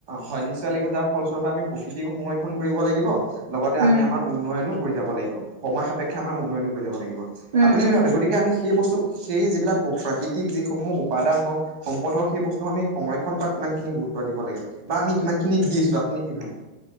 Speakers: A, on the right; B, on the right.
A: হয় নিশ্চয় লাগিব, যাৰ ফলস্বৰূপে আমি প্ৰকৃতিক সংৰক্ষণ কৰিব লাগিব লগতে
B: উম
A: আমি আমাৰ উন্নয়নো কৰি যাব লাগিব, সময় সাপেক্ষে আমাৰ উন্নয়নো কৰি যাব লাগিব।
B: উম
A: আপুনি
B: উম
A: কি ভাবে গতিকে আমি সেই বস্তু সেই যিবিলাক প্ৰাকৃতিক যিসমূহ উপাদান হওক সম্পদ হওক সেই বস্তু আমি সংৰক্ষণ কৰাত কিমান খিনি গুৰুত্ব দিব লাগে, বা আমি কিমান খিনি দিছো আপুনি কি ভাবে?